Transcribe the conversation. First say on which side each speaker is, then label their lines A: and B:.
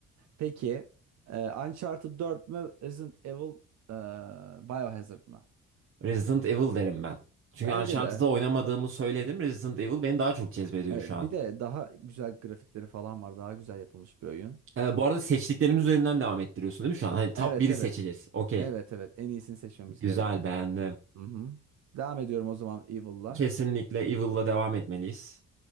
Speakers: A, on the right; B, on the right.
A: Peki e, Uncharted 4 mü Resident Evil e, Biohazard mı?
B: Resident Evil derim ben. Çünkü
A: Bence
B: Uncharted'ı
A: de.
B: oynamadığımı söyledim. Resident Evil beni daha çok cezbediyor
A: E,
B: şu an.
A: bir de daha güzel grafikleri falan var. Daha güzel yapılmış bir oyun.
B: Ee, bu arada seçtiklerimiz üzerinden devam ettiriyorsun değil mi şu an? Hani top
A: Evet
B: 1'i
A: evet.
B: seçeceğiz. Okey.
A: Evet evet. En iyisini seçmemiz
B: Güzel
A: gerek.
B: beğendim.
A: Hı hı. Devam ediyorum o zaman Evil'la.
B: Kesinlikle Evil'la devam etmeliyiz.